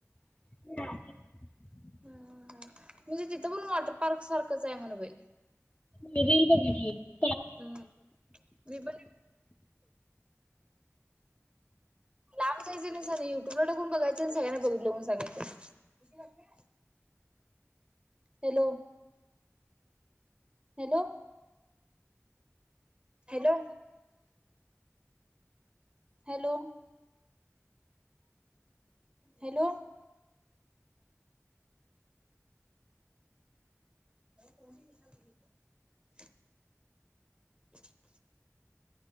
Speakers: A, on the left (about 25°); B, on the right (about 20°).
A: <inaudible>
B: ह म्हणजे तिथं पण वॉटर पार्क सारखंच आहे. म्हण बैई.
A: ही रील बघितली.
B: हम्म, <inaudible> लांब जायचं नाही साधं युट्युब ला टाकून बघायचं आणि सगळ्यांना बघीतलो म्हणून सांगायचं. Hello, hello, hello hello, hello, <inaudible>